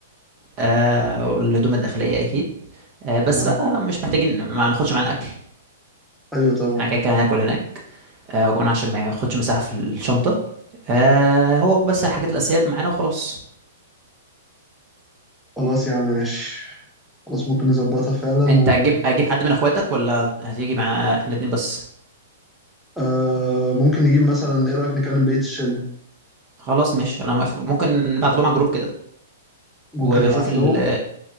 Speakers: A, on the right; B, in the centre.
A: آه والهدوم الداخليه اكيد آه بس
B: تمام
A: بقى مش محتاجين ما ناخدش معانا اكل
B: ايوه طبعا
A: احنا كده كده هناكل هناك آه وكمان عشان ما ياخدش مساحة في الشنطة آه هو بس الحاجات الأساسية معانا وخلاص
B: خلاص يا عم ماشي خلاص ممكن نظبطها فعلا
A: انت
B: و...
A: اجيب اجيب حد من اخواتك ولا هتيجي مع احنا الاتنين بس
B: آه ممكن نجيب مثلا ايه رأيك نكلم بقية الشلة
A: خلاص ماشي انا موافق ممكن نبعت لهم على الجروب كده
B: ممكن
A: وشوف
B: نبعت
A: ال
B: لهم